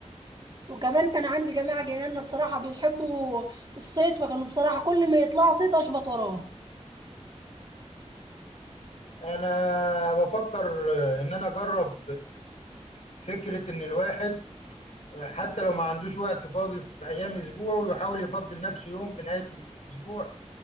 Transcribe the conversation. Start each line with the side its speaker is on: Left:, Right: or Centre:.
Right: وكمان كان عندي جماعة جيراننا بصراحة بيحبوا الصيد فكانوا بصراحة كل ما يطلعوا صيد اشبط وراه
Left: انا بفكر ان انا اجرب فكره ان الواحد حتى لو ما عندوش وقت فاضي في ايام اسبوعه ويحاول يفضل نفسه يوم في نهايه الاسبوع